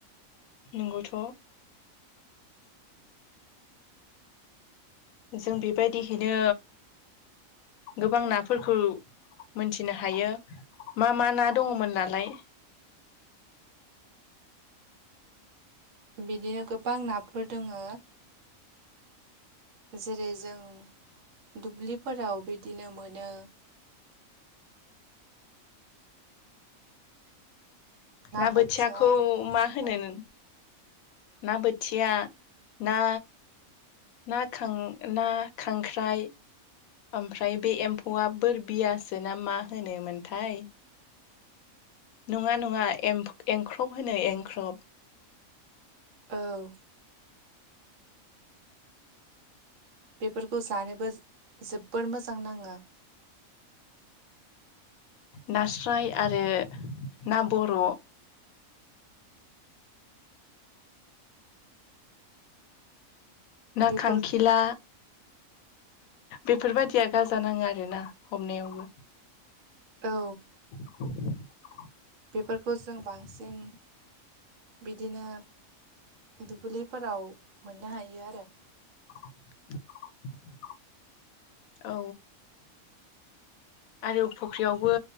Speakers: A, on the left; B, on the right.
A: नोंगौथ' जों बेबायदिहैनो गोबां नाफोरखौ मोनथिनो हायो मा मा ना दङमोन नालाय
B: बिदिनो गोबां नाफोर दोङो जेरै जों दुब्लिफोराव बिदिनो मोनो
A: ना
B: बोथिया
A: बोथियाखौ
B: नास्राय
A: मा होनो नों ना बोथिया ना ना खां ना खांख्राइ ओमफ्राय बे एम्फौआ बोर बियासोना मा होनोमोनथाय नङा नङा एम्फ एंख्रब होनो एंख्रब
B: औ बेफोरखौ जानोबो जो जोबोर मोजां नाङो
A: नास्राय आरो ना बर' ना
B: बेफोर
A: खांखिला बेफोरबायदिया गाजा नाङो आरोना हमनायावबो
B: औ
A: <inaudible>
B: बेफोरखौ जों बांसिन बिदिनो दुब्लिफोराव मोननो हायो आरो
A: <inaudible> औ आरो फुख्रियावबो